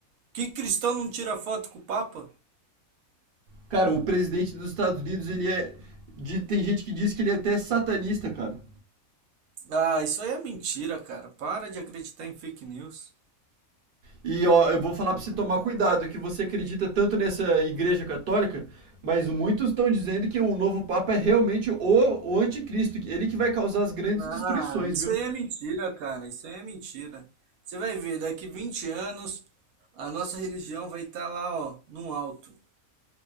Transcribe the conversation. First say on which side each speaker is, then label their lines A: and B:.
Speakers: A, on the right; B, on the right.
A: Que cristão não tira foto com o Papa?
B: Cara, o presidente dos Estados Unidos, ele é. de- tem gente que diz que ele é até satanista, cara.
A: Ah, isso aí é mentira, cara. Para de acreditar em fake news.
B: E ó, eu vou falar pra você tomar cuidado, que você acredita tanto nessa igreja católica, mas muitos estão dizendo que o novo Papa é realmente o, o anticristo, que- ele que vai causar as grandes
A: Ah,
B: destruições,
A: isso
B: viu?
A: aí é mentira, cara. Isso aí é mentira. Você vai ver, daqui 20 anos, a nossa religião vai estar lá, ó, no alto.